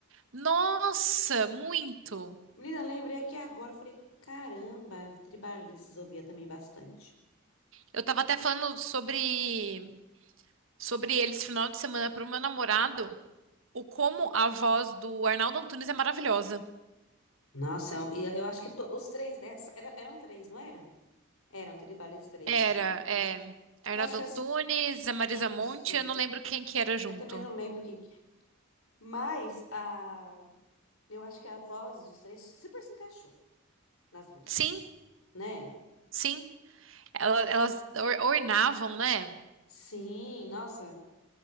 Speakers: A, on the right (about 65°); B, on the left (about 85°).
A: Nossa, muito.
B: Menina, lembrei aqui agora, eu falei, caramba, Tribalistas eu ouvia também bastante.
A: Eu tava até falando sobre sobre eles final de semana pro meu namorado, o como a voz do Arnaldo Antunes é maravilhosa.
B: Nossa, eu- e eu, acho que to- os três, né? Era- eram três, não era? Eram tribalistas três,
A: Era,
B: acho que eram três.
A: é, Arnaldo
B: Eu acho que
A: Antunes,
B: as.
A: a Marisa
B: Isso.
A: Monte, eu não lembro quem que era junto.
B: Eu também não lembro quem. que- Mas a. Eu acho que a voz dos três super se encaixou nas músicas,
A: Sim,
B: né?
A: sim. Ela- Elas, or- ornavam, né?
B: Sim, nossa.